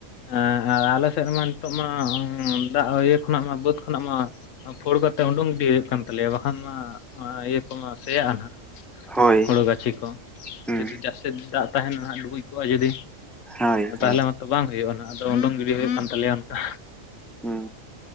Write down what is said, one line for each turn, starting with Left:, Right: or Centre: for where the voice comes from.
Left: ᱮᱸ ᱮᱸ ᱟᱞᱮ ᱥᱮᱫ ᱨᱮᱢᱟ ᱱᱤᱛᱚᱜ ᱢᱟ ᱫᱟᱜ ᱤᱭᱟᱹ ᱠᱷᱚᱱᱟᱜ ᱢᱟ ᱵᱟᱹᱛ ᱠᱷᱚᱱᱟᱜ ᱢᱟᱼᱼ ᱚᱱᱟ ᱯᱷᱳᱲ ᱠᱟᱛᱮᱜ ᱩᱰᱩᱝ ᱤᱫᱤ ᱦᱩᱭᱩᱜ ᱠᱟᱱ ᱛᱟᱞᱮᱭᱟ ᱵᱟᱠᱷᱟᱱ ᱢᱟ ᱤᱭᱟᱹ ᱠᱚᱢᱟ ᱥᱮᱭᱟᱜᱼᱟ ᱦᱟᱸᱜᱼᱼ
Centre: ᱦᱳᱭ
Left: ᱦᱳᱲᱳ ᱜᱟᱹᱪᱷᱤ ᱠᱚ
Centre: ᱦᱩᱸ
Left: ᱡᱩᱫᱤ ᱡᱟᱹᱥᱛᱤ ᱫᱟᱜ ᱛᱟᱦᱮᱱᱟ ᱦᱟᱸᱜ ᱰᱩᱵᱩᱡ ᱠᱚᱜᱼᱟ ᱡᱩᱫᱤᱼᱼ
Centre: ᱦᱳᱭ
Left: ᱛᱟᱦᱚᱞᱮ
Centre: ᱦᱳᱭ
Left: ᱢᱟᱛᱚ ᱵᱟᱝ ᱦᱩᱭᱩᱜᱼᱟ ᱱᱟᱦᱟᱜ ᱟᱫᱚ ᱩᱰᱩᱝ ᱜᱤᱰᱤ ᱦᱩᱭᱩᱜ ᱠᱟᱱ ᱛᱟᱞᱮᱭᱟ ᱚᱱᱠᱟ᱾
Centre: ᱦᱩᱸ